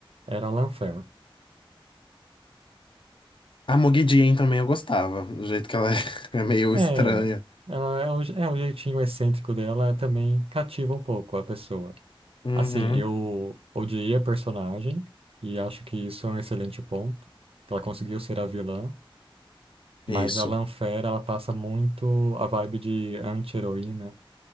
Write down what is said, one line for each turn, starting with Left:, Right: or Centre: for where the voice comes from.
Right: era a Lanfear.
Left: A Mogi Dian também eu gostava. Do jeito que ela <laughs> é meio
Right: É,
Left: estranha.
Right: ela é o, je- é o jeitinho excêntrico dela é também cativa um pouco a pessoa.
Left: Uhum.
Right: Assim, eu odiei a personagem e acho que isso é um excelente ponto, que ela conseguiu ser a vilã, mas
Left: Isso.
Right: a Lanfear, ela passa muito a vibe de anti-heroína,